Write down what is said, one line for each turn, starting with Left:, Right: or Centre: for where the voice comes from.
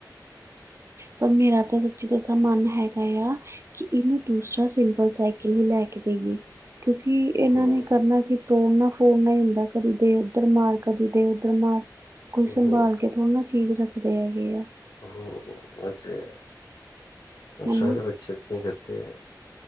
Right: ਪਰ ਮੇਰਾ ਤਾਂ ਸੱਚੀ ਦਸਾ ਮਨ ਹੈਗਾ ਆ, ਕਿ ਇਹਨੂੰ ਦੂਸਰਾ ਸਿੰਪਲ ਸਾਈਕਲ ਹੀ ਲੈ ਕੇ ਦੇਈ ਏ। ਕਿਉਂਕਿ ਇਹਨਾਂ
Left: ਹਮ
Right: ਨੇ ਕਰਨਾ ਕਿ ਤੋੜਨਾ ਫੋੜਨਾ ਹੀ ਹੁੰਦਾ ਕਦੀ ਦੇ, ਉੱਧਰ ਮਾਰਗ ਤੋ। ਕਦੀ ਦੇ ਉਧਰ ਮਾਰ, ਕੋਈ ਸੰਭਾਲ
Left: ਹਮ
Right: ਕੇ ਥੋੜੀ ਨਾ ਚੀਜ਼ ਰੱਖਦਾ। ਦੇ ਗਿਆ ਆ
Left: ਹੂ ਅਛੇ ਐ। ਉਹ ਸਾਰੇ
Right: ਹਨਾ
Left: ਬੱਚੇ ਇਥੇ ਹੀ ਕਰਤੇ ਹੈਂ।